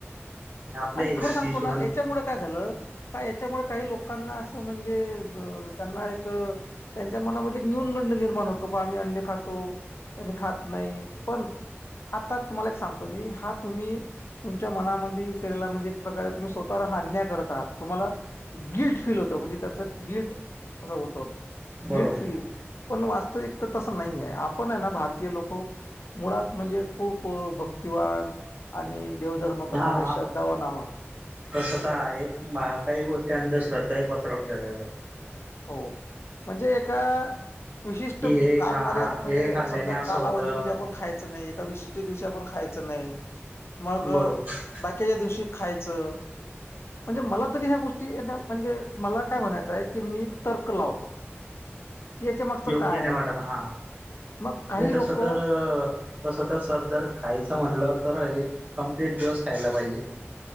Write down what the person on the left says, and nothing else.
आणि खरं सांगतो
ना याच्यामुळे काय झालं का याच्यामुळे काही लोकांना असं म्हणजे अ त्यांना एक त्यांच्या मनामध्ये एक न्यूनगंड निर्माण होतो का आम्ही अंडे खातो आणि खात नाही पण आता तुम्हाला एक सांगतो मी हा तुम्ही तुमच्या मनामध्ये केलेला म्हणजे एक प्रकारे तुम्ही स्वतःवर हा अ्न्याय करत आहात तुम्हाला गिल्ट फील होत म्हणजे त्याच गिल्ट असं होतं
गिल्ट फिलि पण वास्तविक तर तसं नाही आहे आपण आहे ना भारतीय लोक मुळात म्हणजे खूप भ भक्तीवान आणि देवधर्म करणारे
श्रद्धावान आहोत
हो म्हणजे एका विशिष्ट
काल
मर्याद
म्हणजे
समजा
कालावधीमध्ये
आपण खायच नाही दिवशी आप खायच नाही मग
बाकीच्या दिवशी खायच म्हणजे मला तरी ह्या गोष्टीच्या म्हणजे मला काय म्हणायचं आहे की मी तर्क लावतो की याच्या मागचं
काय
आहे
मग काही
लोक